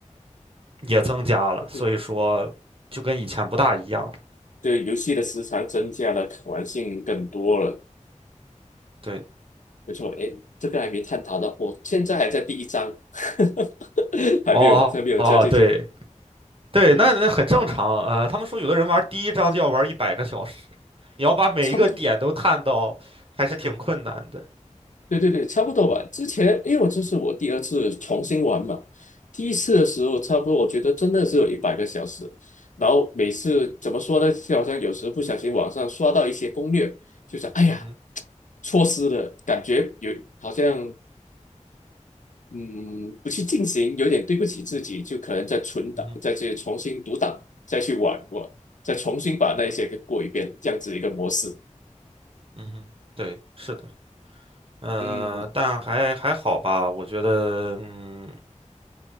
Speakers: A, on the right; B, on the left.
A: 也增加了，所以说就跟以前不大一样了
B: 嗯对，游戏的时长增加了，可玩性更多了。
A: 对的，
B: 没错，诶，这个还没探讨到，我现在还在第一章，<laughs> 还没有，
A: 哦哦对
B: 还没有加进去。
A: 对，
B: 嗯，
A: 那那很正常啊，呃他们说有的人玩第一章就要玩一百个小时，你要把每一个点都探到，
B: 差不多，
A: 还是挺困难的。
B: 对对对，差不多吧。之前，因为我这是我第二次重新玩嘛，第一次的时候差不多，我觉得真的是有一百个小时。然后每次怎么说呢，就好像有时不小心网上刷到一些攻略，就想，哎呀，
A: 嗯哼，
B: 错失了，感觉有好像嗯，不去进行，有点对不起自己，就可能再存档，
A: 嗯哼，
B: 再去重新读档，再去玩过，再重新把那一些给过一遍，这样子一个模式。
A: 嗯哼，对，是的。呃，
B: 嗯，
A: 但还还好吧，我觉得，嗯，